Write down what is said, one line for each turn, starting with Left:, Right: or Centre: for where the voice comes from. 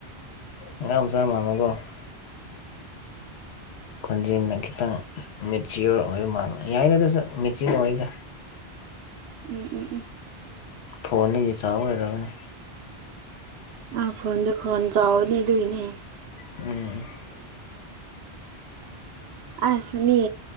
Left: ꯑꯉꯥꯡ ꯃꯆꯥ ꯃꯥꯟꯕꯀꫭ꯫ ꯈꯣꯟꯖꯦꯟꯗ ꯈꯤꯇꯪ ꯃꯦꯆꯤꯌꯣꯔ ꯑꯣꯏꯕ ꯃꯥꯜꯂꯦ ꯌꯥꯏꯗ ꯗꯁꯨ ꯃꯦꯆꯤꯡ ꯑꯣꯏꯗ꯫
Right: ꯎꯝ ꯎꯝ ꯎꯝ
Left: ꯈꯣꯟꯗꯒꯤ ꯆꯥꯕ ꯑꯣꯏꯔꯝꯒꯅꯤ꯫
Right: ꯑ ꯈꫭꯟꯗ ꯈꯣꯟ ꯆꯥꯎꯕꯅꯦ ꯑꯗꯨꯒꯤꯅꯦ꯫
Left: ꯎꯝ
Right: ꯑꯁ ꯃꯤ